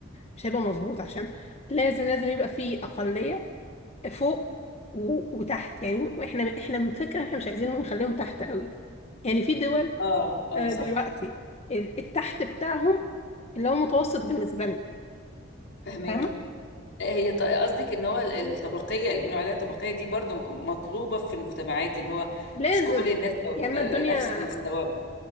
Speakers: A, on the left; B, on the left.
A: مش هيبقى مظبوط عشان لازم لازم يبقى في اقلية فوق و- وتحت يعني احنا احنا من فكرة احنا مش عايزينهم نخليهم تحت قوي يعني في دول
B: اه اه
A: آه،
B: صح
A: دلوقتي ال- التحت بتاعهم اللي هو متوسط بالنسبة لنا
B: فهماكي
A: فاهمة
B: هي ط- قصدك ان هو ال- الطبقيه اللي بنقول عليها طبقيه دي برضو م- مطلوبه في المجتمعات ان هو
A: لازم
B: مش كل الناس
A: يا اما
B: آه،
A: الدنيا
B: نفس المستوى